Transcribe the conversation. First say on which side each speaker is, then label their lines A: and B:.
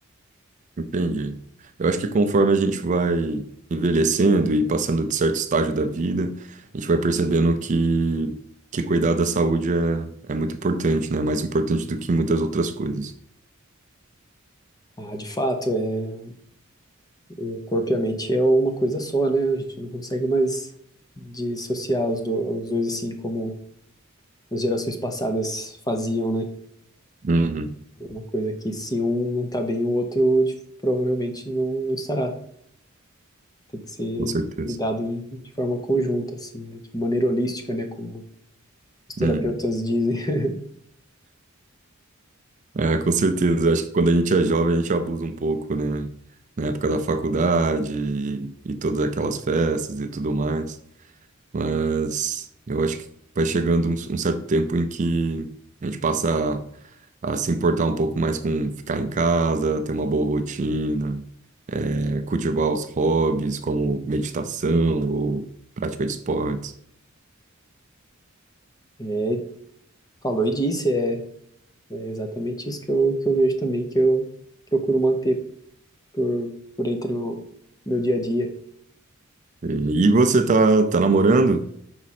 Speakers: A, on the right; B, on the left.
A: Entendi. Eu acho que conforme a gente vai envelhecendo e passando de certo estágio da vida, a gente vai percebendo que, que cuidar da saúde é, é muito importante, né? É Mais importante do que muitas outras coisas.
B: Ah, de fato, é, o corpo e a mente é uma coisa só, né? A gente não consegue mais dissociar os, do, os dois, assim, como as gerações passadas faziam, né?
A: Uhum,
B: É Uma coisa que se um não tá bem, o outro dif- provavelmente não, não estará Tem que ser
A: com certeza.
B: lidado de de forma conjunta, assim, né? De maneira holística, né? Como os terapeutas
A: Uhum.
B: dizem. <laughs>
A: É, com certeza. Eu acho que quando a gente é jovem, a gente abusa um pouco, né? Na época da faculdade e, e todas aquelas festas e tudo mais. Mas eu acho que vai chegando um um certo tempo em que a gente passa. a se importar um pouco mais com ficar em casa, ter uma boa rotina, é, cultivar os hobbies como meditação ou prática de esportes.
B: É, falou e disse, é, é exatamente isso que eu, que eu vejo também, que eu procuro manter por, por entre o meu dia a dia.
A: E, e você tá, tá namorando?